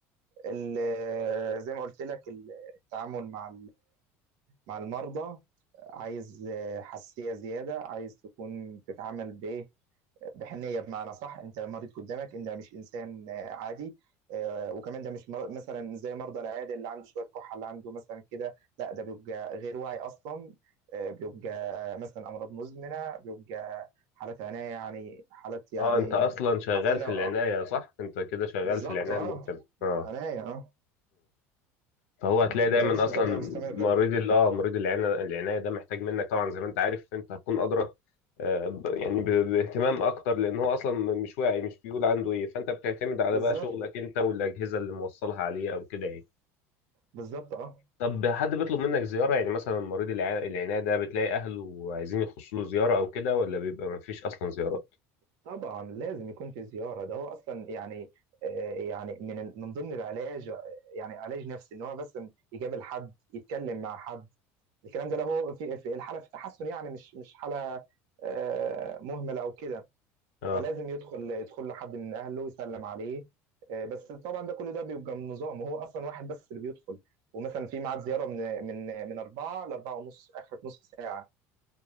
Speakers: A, on the right (about 70°); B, on the left (about 80°).
A: ال- آه، زي ما قلت لك التعامل مع مع المرضى عايز آه، حساسية زيادة عايز تكون تتعامل بإيه بحنية بمعنى صح أنت المريض قدامك أنت مش إنسان آه، عادي آه، وكمان ده مش مر- مثلا زي مرضى العيادة اللي عنده شوية كحة اللي عنده مثلا كده لا ده بيبقى غير واعي أصلا آه، بيبقى آه، مثلا أمراض مزمنة بيبقى حالات عناية يعني حالات يعني
B: اه انت اصلا شغال
A: عفانة
B: في
A: آه،
B: العنايه صح انت كده شغال
A: بالظبط
B: في العنايه
A: أه
B: المركزه اه
A: عناية أه
B: فهو هتلاقي
A: دوشة
B: دايما اصلا
A: بقى مستمرة
B: مريض ال- اه مريض العناية العناية ده محتاج منك طبعا زي ما انت عارف انت هتكون ادرى آه، ب- يعني ب- باهتمام اكتر لان هو اصلا م- مش واعي مش بيقول عنده ايه فانت بتعتمد على
A: بالظبط
B: بقى شغلك انت والاجهزه اللي موصلها عليه او كده يعني
A: بالظبط أه
B: طب حد بيطلب منك زياره يعني مثلا مريض الع- العناية ده بتلاقي اهله عايزين يخشوا له زياره او كده ولا بيبقى ما فيش اصلا زيارات
A: طبعا لازم يكون في زيارة ده هو أصلا يعني آه، يعني من ال- من ضمن العلاج آه، يعني علاج نفسي إن هو بس يقابل حد يتكلم مع حد الكلام ده له في في الحالة في تحسن يعني مش مش حالة آه، مهملة أو كده
B: اه
A: فلازم يدخل يدخل لحد من أهله ويسلم عليه آه، بس طبعا ده كل ده بيبقى من نظام وهو أصلا واحد بس اللي بيدخل ومثلا في ميعاد زيارة من من من أربعة لأربعة ونص آخرة نص ساعة